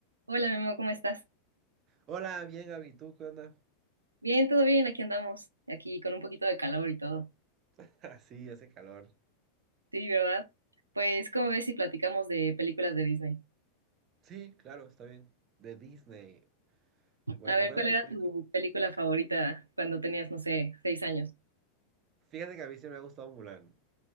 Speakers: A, on the right; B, on the right.
A: Hola, Memo, ¿cómo estás?
B: Hola, bien, Abby, ¿tú qué onda?
A: Bien, todo bien, aquí andamos, aquí con un poquito de calor y todo.
B: <laughs> Ah, sí, hace calor.
A: Sí, ¿verdad? Pues, ¿cómo ves si platicamos de películas de Disney?
B: Sí, claro, está bien. De Disney. Bueno,
A: A ver,
B: ¿y cuál
A: ¿cuál
B: es tu
A: era
B: película?
A: tu película favorita cuando tenías, no sé, seis años?
B: Fíjate que a mí siempre me ha gustado Mulan.